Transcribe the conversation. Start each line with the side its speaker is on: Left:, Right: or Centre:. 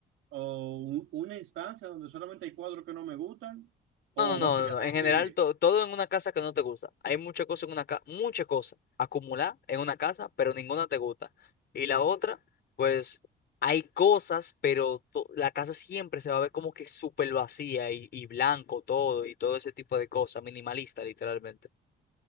Right: o un- una instancia donde solamente hay cuadros que no me gustan, o
Left: No, no, no,
Right: básicamente
Left: no, no. En general, to- todo en una casa que no te gusta. Hay muchas cosas en una casa, muchas cosas acumuladas en una casa, pero ninguna te gusta. Y la otra, pues hay cosas, pero to- la casa siempre se va a ver como que súper vacía y, y blanco todo y todo ese tipo de cosas, minimalista literalmente. Un